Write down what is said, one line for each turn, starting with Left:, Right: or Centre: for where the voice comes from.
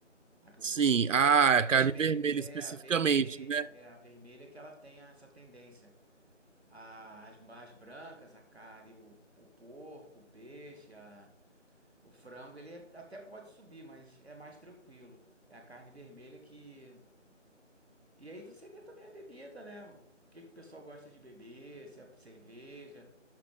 Centre: A que eu
Right: Sim,
Centre: eu não falei,
Right: ah,
Centre: a carne
Right: a
Centre: vermelha.
Right: carne vermelha
Centre: É
Right: especificamente,
Centre: a vermelha,
Right: né?
Centre: é a vermelha que ela tem essa tendência. A- as, as brancas, a carne, o, o porco, o peixe, a- o frango, ele é- até pode subir, mas é mais tranquilo. É a carne vermelha que. E aí você vê também a bebida, né? O que que o pessoal gosta de beber? Se é cerveja,